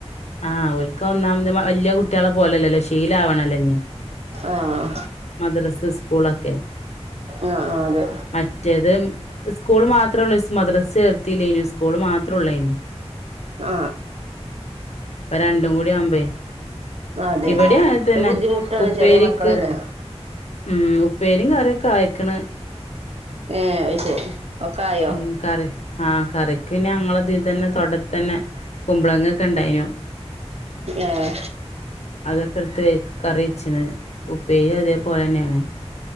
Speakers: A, on the left (about 75°); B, on the right (about 65°).
A: ആ ഓൾക്ക് ഒന്നാമത് വല്യ കു കുട്ട്യാളെ പോലല്ലല്ലോ ശീലം ആവണല്ലോ ഇഞ്ഞി
B: ആഹ്
A: മദ്രസ, സ്കൂളൊക്കെ
B: ആ അതെ
A: മറ്റേത് സ്കൂള് മാത്രേള്ളൂ. സ് മദ്രസെ ചേർത്തില്ലേന്നു. സ്കൂള് മാത്റേ ഉള്ളേയ്നു
B: ആ
A: ഇപ്പ രണ്ടും കൂടി ആമ്പേ
B: അതെ
A: ഇവിടേം അങ്ങനെ തന്നെ
B: ഒരു ബുദ്ധിമുട്ടാണ്
A: ഉപ്പേരിക്ക്
B: ചെറിയ മക്കളല്ലേ
A: ഉം ഉപ്പേരീം കറിയൊക്കെ ആയേക്കണ്.
B: ഏഹ് അത് ശരി ഒക്കെ ആയോ
A: ഉം. കറി. ആ കറിക്ക് പിന്നെ ഞങ്ങളത് ഇതന്നെ തൊട തന്നെ കുമ്പളങ്ങൊക്കെണ്ടായിനു.
B: ഏഹ്
A: അതൊക്കെ എടുത്ത് വയ് കറി വച്ചിന്. ഉ പ്പേരി, അതേപോലന്നെയാണ്.